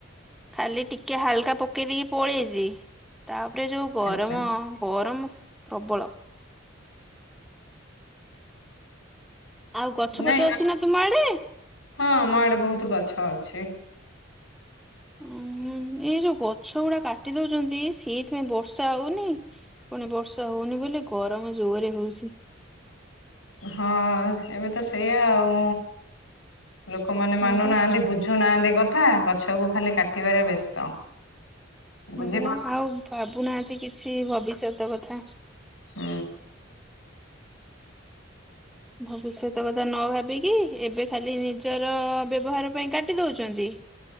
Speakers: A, in the centre; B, on the left.
A: ଖାଲି ଟିକେ ହାଲକା ପକେଇ ଦେଇକି ପଳେଇଛି। ତାପରେ ଯୋଉ ଗରମ,
B: ଆଚ୍ଛା
A: ଗରମ ପ୍ରବଳ। ଆଉ ଗଛ
B: ନାଇଁ
A: ଫଛ ଅଛି ନା ତୁମ ଆଡେ?
B: ହଁ, ଆମ ଆଡେ ବହୁତ ଗଛ ଅଛି।
A: ଓ ହଁହୁଁ ଏଇ ଯୋଉ ଗଛ ଗୁଡା କାଟି ଦଉଛନ୍ତି, ସେଇଥିପାଇଁ ବର୍ଷା ହଉନି। ପୁଣି ବର୍ଷା ହଉନି ବୋଲି ଗରମ ଜୋରରେ ହଉଛି।
B: ହଁ ଏବେ ତ ସେଇଆ ଆଉ, ଲୋକମାନେ ମାନୁ
A: ହଁ ବା
B: ନାହାନ୍ତି ବୁ ଝୁନାହାନ୍ତିି କଥା ଗଛକୁ ଖାଲି କାଟିବାରେ ବ୍ୟସ୍ତ। ବୁଝିପାରୁ
A: ପୁରା ଆଉ ଭାବୁନାହାନ୍ତି କିଛି ଭବିଷ୍ୟତ କଥା।
B: ହୁଁ।
A: ଭବିଷ୍ୟତ କଥା ନ ଭାବିକି ଏବେ ଖାଲି ନିଜର ବ୍ୟବହାର ପାଇଁ କାଟିଦଉଛନ୍ତି।